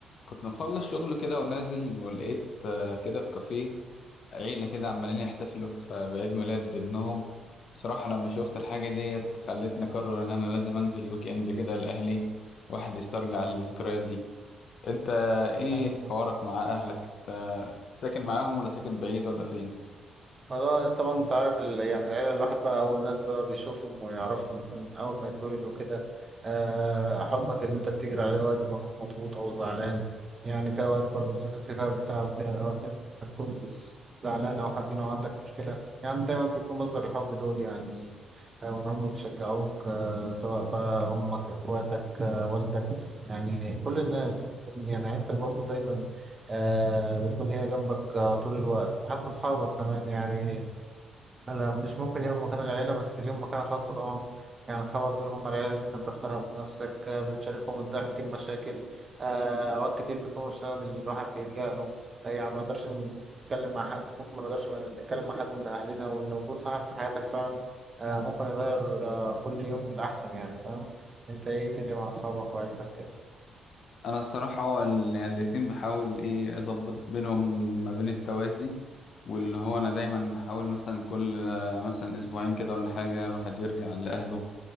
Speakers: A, on the left (about 60°); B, on the right (about 30°).
A: كنت مخلص شغل كده ونازل ولقيت آه، كده في كافيه عيلة كده عمالين يحتفلوا في آه، بعيد ميلاد ابنهم بصراحة لما شفت الحاجة ديت خلتني أقرر إن أنا لازم أنزل ويك إند كده لأهلي واحد يسترجع الذكريات دي أنت إيه
B: حلو ده
A: حوارك مع أهلك؟ أنت ساكن معاهم ولا ساكن بعيد ولا فين؟
B: فده طبعا انت عارف ال- يعني العيلة الواحد بقى أول ناس بقى بيشوفهم ويعرفهم <laughs> من من أول ما يتولدوا كده آه، حضنك اللي أنت بتجري عليه وقت ما تكون مضغوط أو زعلان يعني في أوقات برضه بتحس فيها بالتعب كده أو إن أنت تكون زعلان أو حزين أو عندك مشكلة يعني دايما بيكون مصدر الحب دول يعني أو إن هم بيشجعوك آه، سواء بقى أمك إخواتك آه، والدك يعني كل الناس بتكون- يعني عيلتك برضه دايما آه بتكون هي جنبك آه، طول الوقت حتى أصحابك كمان يعني لا مش ممكن ياخدوا مكان العيلة بس ليهم مكانة خاصة طبعا يعني أصحابك دول هم العيلة اللي أنت بتختارها بنفسك آه، بتشاركهم الضحك المشاكل آه، أوقات كتير بيكونوا السند اللي الواحد بيلجأ له آه، يعني ما نقدرش نتكلم مع حد ممكن ما نقدرش نتكلم مع حد من أهلنا وإن وجود صاحب في حياتك فعلا آه، ممكن يغير آه، كل يوم للأحسن يعني فاهم أنت إيه تاني مع أصحابك وعيلتك كده
A: أنا الصراحة هو ال- يعني الاتنين بحاول إيه أظبط بينهم ما بين التوازي واللي هو أنا دايما بحاول مثلا كل آه، مثلا أسبوعين كده ولا حاجة الواحد يرجع لأهله